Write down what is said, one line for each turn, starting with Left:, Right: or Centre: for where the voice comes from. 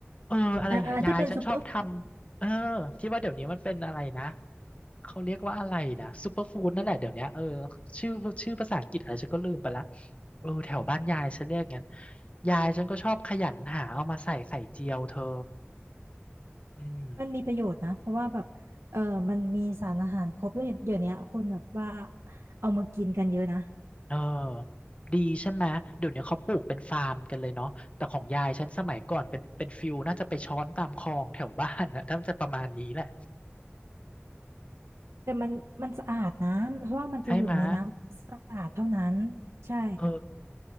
Left: เอออะไรอย่างเงี้ยยายฉันชอบทำ
Right: อ่าอ่าที่เป็นซูเปอร์
Left: เออที่ว่าเดี๋ยวนี้มันเป็นอะไรนะ เขาเรียกว่าอะไรนะซูเปอร์ฟู้ดนั่นแหละเดี๋ยวเนี้ยเออชื่อชื่อภาษาอังกฤษอะไรฉันก็ลืมไปละเออแถวบ้านยายฉันเรียกงั้นยายฉันก็ชอบขยันหาเอามาใส่ไข่เจียวเธออืม
Right: มันมีประโยชน์นะเพราะว่าแบบเออมันมีสารอาหารครบแล้วเดี๋ยวเนี้ยคนแบบว่าเอามากินกันเยอะนะ
Left: เออดีใช่ไหมเดี๋ยวนี้เขาปลูกเป็นฟาร์มกันเลยเนาะแต่ของยายฉันสมัยก่อนเป็นเป็นฟิลน่าจะไปช้อนตามคลองแถวบ้านนะถ้ามันจะประมาณนี้แหละ
Right: แต่มันมันสะอาดนะเพราะว่ามันจะอยู่ในน้ำสะอาดเท่านั้น
Left: ใช่ไหมย
Right: ใช่
Left: เออ